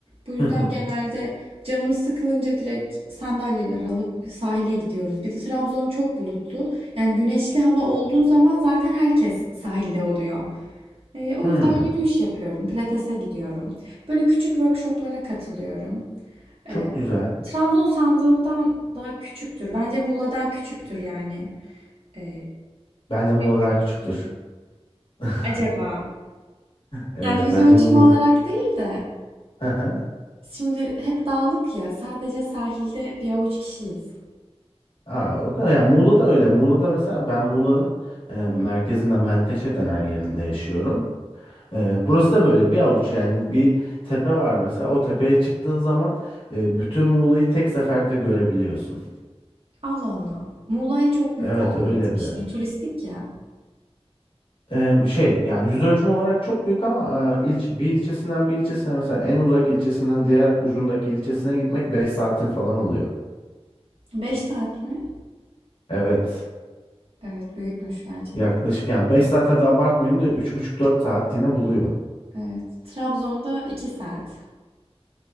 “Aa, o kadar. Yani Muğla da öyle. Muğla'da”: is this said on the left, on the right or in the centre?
Left